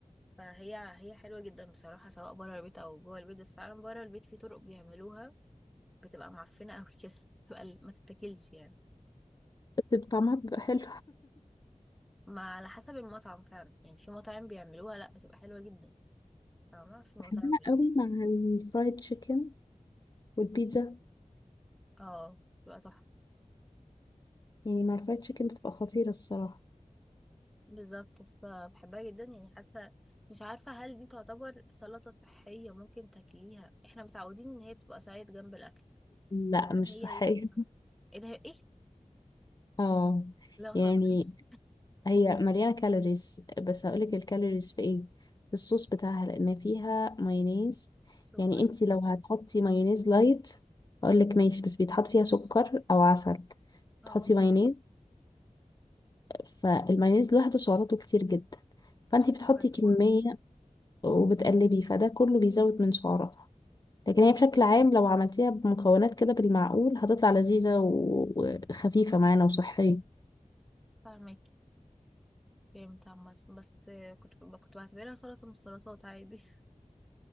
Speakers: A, in the centre; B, on the left.
A: فهي هي حلوة جدا بصراحة سواء بره البيت أو جوه البيت بس فعلا بره البيت في طرق بيعملوها بتبقى معفنة أوي كده <laughs> بتبقى ال- ما تتاكلش يعني
B: بس طعمها بيبقى حلو
A: ما على حسب المطعم فعلا يعني في مطاعم بيعملوها لأ بتبقى حلوة جدا فما
B: <laughs>
A: في مطاعم
B: بحبها
A: لأ
B: قوي مع الفرايد تشيكن والبيتزا
A: اه بتبقى تحفة
B: يعني مع الفرايد تشيكن بتبقى خطيرة الصراحة
A: بالظبط فبحبها جدا يعني حاسة مش عارفة هل دي تعتبر سلطة صحية ممكن تاكليها احنا متعودين ان هي بتبقى سايد جنب الأكل
B: لا
A: هل
B: مش
A: هي
B: صحية
A: ايه؟ ايه ده ايه؟
B: <laughs> اه
A: لا متهزريش
B: يعني هي مليانة كالوريز بس هقولك الكالوريز في ايه في الصوص بتاعها لان فيها مايونيز
A: سكر
B: يعني انتي لو هتحطي مايونيز لايت هقولك ماشي بس بيتحط فيها سكر او عسل
A: اه
B: تحطي مايونيز فالمايونيز لوحده سعراته كتير جدا فانتي
A: والسكر
B: بتحطي كمية
A: طبعا
B: وبتقلبي فده كله بيزود من سعراتها لكن هي بشكل عام لو عملتيها بمكونات كده بالمعقول هتطلع لذيذة و- وخفيفة معانا وصحية
A: فاهمك فهمت عامة بس كنت كنت بعتبرها سلطة من السلطات عادي <laughs>